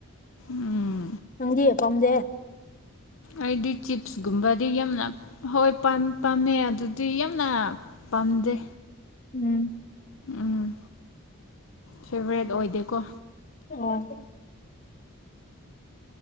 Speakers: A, on the left (about 65°); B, on the left (about 35°).
A: ꯎꯝ
B: ꯅꯪꯗꯤ ꯄꯥꯝꯗꯦ
A: ꯑꯩꯗꯤ ꯆꯤꯞꯁꯀꯨꯝꯕꯗꯤ ꯌꯥꯝꯅ ꯍꯣꯏ ꯄꯥꯝ ꯄꯥꯝꯃꯦ ꯑꯗꯨꯗꯤ ꯌꯥꯝꯅ ꯄꯥꯝꯗꯦ
B: ꯎꯝ
A: ꯎꯝ ꯐꯦꯚꯣꯔꯥꯏꯠ ꯑꯣꯏꯗꯦꯀꯣ
B: ꯑꯣ <inaudible> ꯑꯝ